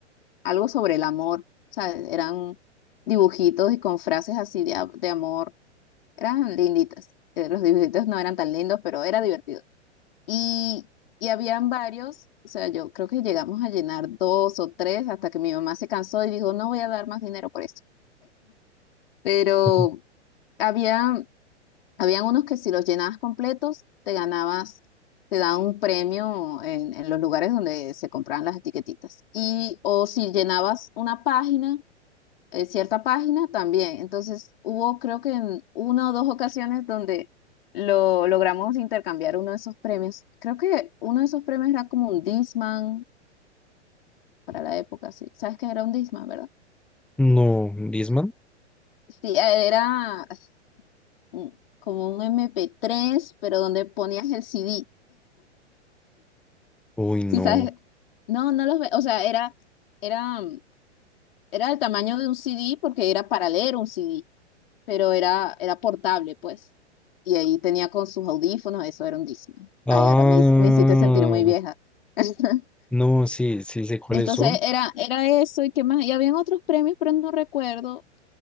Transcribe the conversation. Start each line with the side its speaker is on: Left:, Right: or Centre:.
Left: algo sobre el amor, ¿sabes? Eran dibujitos y con frases así de, a- de amor eran linditas. Eh, los dibujitos no eran tan lindos, pero era divertido. Y, y habían varios, o sea, yo creo que llegamos a llenar dos o tres hasta que mi mamá se cansó y dijo, no voy a dar más dinero por esto. Pero
Centre: Ujú.
Left: había, habían unos que si los llenabas completos, te ganabas, te daban un premio en, en los lugares donde se compraban las etiquetitas. Y, o si llenabas una página eh, cierta página también. Entonces hubo creo que en una o dos ocasiones donde lo logramos intercambiar uno de esos premios. Creo que uno de esos premios era como un Discman para la época, sí. ¿Sabes qué era un Discman, verdad?
Centre: No, Disman.
Left: Sí, eh, era mm, como un MP3, pero donde ponías el CD.
Centre: Uy, no.
Left: Sí, sabes. No, no los ve. O sea, era, era, mm, era del tamaño de un CD porque era para leer un CD. pero era, era portable, pues. Y ahí tenía con sus audífonos, eso era un Discman.
Centre: Ah,
Left: Ay, ahora me, hice- me hiciste sentir muy vieja. <laughs>
Centre: no, sí, sí sé cuáles
Left: Entonces
Centre: son,
Left: era, era eso y qué más. Y habían otros premios, pero no recuerdo.